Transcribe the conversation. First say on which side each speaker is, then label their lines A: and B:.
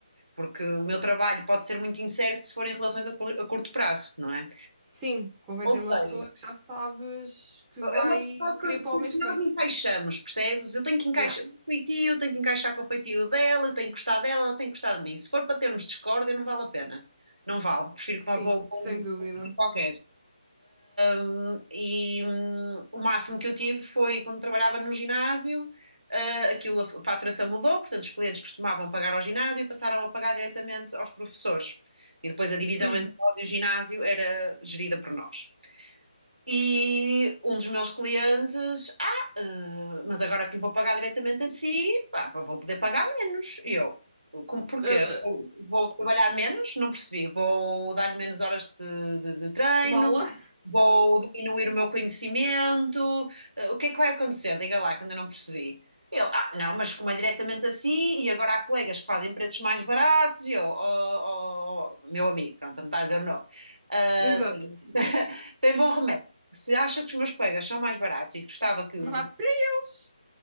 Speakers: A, on the right; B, on the right.
A: porque o meu trabalho pode ser muito incerto se forem relações a, cur- a curto prazo, não é?
B: Sim, convém
A: Ou
B: ter uma
A: seja,
B: pessoa que já sabes que vai
A: é uma pessoa que,
B: querer para
A: que-
B: o mês
A: que
B: que
A: nós
B: vem.
A: encaixamos, percebes? Eu tenho que encaixar
B: Yeah,
A: o feitio, tenho que encaixar com o feitio dela, eu tenho que gostar dela, ela tem que gostar de mim. Se for para termos discórdia, não vale a pena. Não vale, prefiro que vá
B: sim,
A: para um para
B: sem
A: um
B: dúvida.
A: sítio qualquer. Um, e um, o máximo que eu tive foi quando trabalhava no ginásio, uh, aquilo, a faturação mudou, portanto, os clientes costumavam pagar ao ginásio e passaram a pagar diretamente aos professores. E depois a divisão
B: Hum.
A: entre nós e o ginásio era gerida por nós. E um dos meus clientes, ah, eh, mas agora que lhe vou pagar diretamente a si, pá, pá, vou poder pagar menos. E eu, como, porquê?
B: eh,
A: Vou, vou trabalhar menos? Não percebi. Vou dar-lhe menos horas de, de- de treino,
B: mala?
A: vou diminuir o meu conhecimento. Eh, o que é que vai acontecer? Diga lá, que ainda não percebi. Ele, ah, não, mas como é diretamente assim, e agora há colegas que fazem preços mais baratos, e eu, oh, oh, oh, meu amigo, pronto, não está a dizer não.
B: <laughs>
A: Ah,
B: Exato.
A: tem, <laughs> tem bom remédio. Se acha que os meus colegas são mais baratos e gostava que,
B: Vá
A: de-
B: para eles.